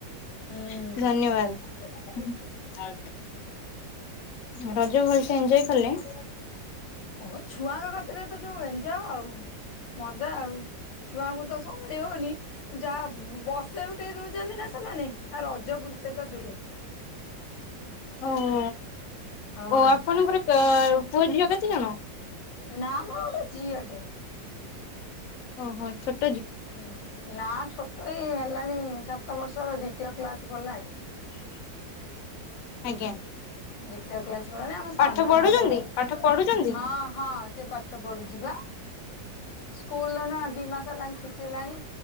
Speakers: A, on the left; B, on the left.
A: <inaudible>
B: ହୁଁ
A: ଧନ୍ୟବାଦ <inaudible> ରଜ ଭଲସେ ଏନଜୟ କଲେ? <inaudible>
B: ହୋଉ ଛୁଆଙ୍କ କତିରେ ତ ଯୋଉ ଏଞଜୟ ଆଉ ମଜା ଆଉ। ଛୁଆଙ୍କୁ ତ ସମ୍ଭାଳି ହୋଉନି, ଯାହା ବସେଇ ଉଠେଇ ଦୋଉଚନ୍ତି ନା ସେମାନେ, ଆ ରଜ ବୁଲିତେ ତ ଦୂରେ।
A: ଓହୋ
B: ହଁ
A: ଓ ଆପଣଙ୍କର କା ତୋ ପୁଅ ଝିଅ କେତେ ଜଣ?
B: ନାମ ଗୋଟେ ଝିଅଟେ।
A: <unintelligible>
B: ହୁଁ ନା ଛୋଟ ଏଇ ହେଲାଣି ସାତ ବର୍ଷର ଦ୍ଵିତୀୟ କ୍ଲାସ ପଡିଲାଣି।
A: <inaudible> ଆଜ୍ଞା।
B: ଦ୍ୱିତୀୟ କ୍ଲାସ। <unintelligible> ଆମ ସାନର
A: ପାଠ ପଢୁଛନ୍ତି
B: ତାର
A: ପାଠ
B: <inaudible>
A: ପଢୁଛନ୍ତି?
B: ହଁ ହଁ ସେ ପାଠ ପଢୁଚି ପା। <inaudible> ସ୍କୁଲ ରୁ ନା ଦି ମାସ ହେଲାଣି ଛୁଟି ହେଲାଣି।